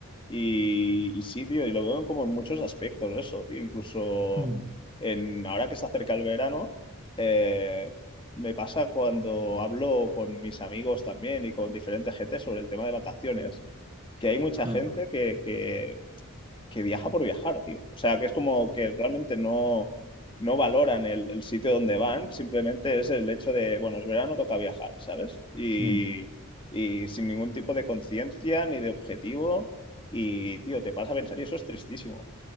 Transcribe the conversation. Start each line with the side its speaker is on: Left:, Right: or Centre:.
Left: Y, y sí, tío, y lo veo en- como en muchos aspectos eso, tío. Incluso
Right: mm,
Left: en, ahora que se acerca el verano, eh, me pasa cuando hablo con mis amigos también y con diferente gente sobre el tema de vacaciones, que hay mucha
Right: mm,
Left: gente que, que que viaja por viajar, tío. O sea, que es como que realmente no, no valoran el, el sitio donde van, simplemente es el hecho de, bueno, es verano, toca viajar, ¿sabes? Y,
Right: mm.
Left: y sin ningún tipo de conciencia ni de objetivo. Y, tío, te pasa a pensar y eso es tristísimo.